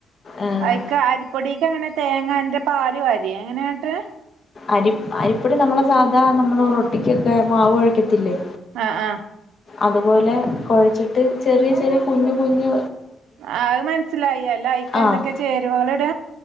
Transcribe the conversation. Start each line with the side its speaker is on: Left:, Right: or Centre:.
Left: ആഹ്
Right: അയ് ക്ക്‌ അരിപ്പൊടിക്ക് എ ങ്ങനെ തേങ്ങന്റെ പാൽ വാര്യേ എങ്ങനെആട്ടവ
Left: അരി അരിപ്പടി നമ്മളെ സാധാ നമ്മൾ റൊട്ടിിക്കൊക്കെ മാവ് ഒഴിക്കത്തില്ലേ
Right: അ ആ
Left: അതുപോലെ കുഴച്ചിട്ട് ചെറിയ ചെറിയ കുഞ്ഞ് കുഞ്ഞ്
Right: ആ അത് മനസ്സിലായി അല്ലഅയ്ക്ക്
Left: ആഹ്
Right: എന്തൊക്കെ ചേരുവകൾ ഇട